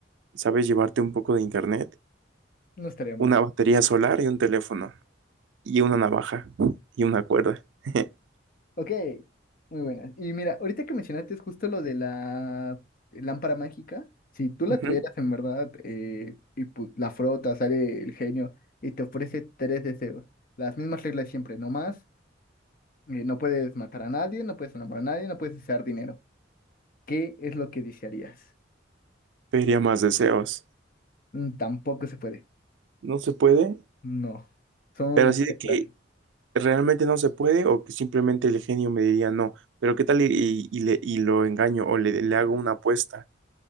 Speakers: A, on the right (about 70°); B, on the left (about 45°).
A: ¿sabes? Llevarte un poco de internet,
B: No estaría mal.
A: una batería solar y un teléfono y una navaja y una cuerda. <laughs>
B: Ok, muy buena. Y mira, ahorita que mencionaste es justo lo de la lámpara mágica. Si tú la
A: Ujú.
B: tuvieras en verdad eh, y pu- la frotas, sale el genio y te ofrece tres deseos. Las mismas reglas siempre, no más. eh, no puedes matar a nadie, no puedes enamorar a nadie, no puedes desear dinero. ¿Qué es lo que desearías?
A: Pediría más deseos.
B: Mm, tampoco se puede.
A: ¿No se puede?
B: No, son
A: Pero así
B: reglas.
A: de que realmente no se puede o que simplemente el genio me diría no, pero ¿qué tal y, y- y le, y lo engaño o le, le hago una apuesta?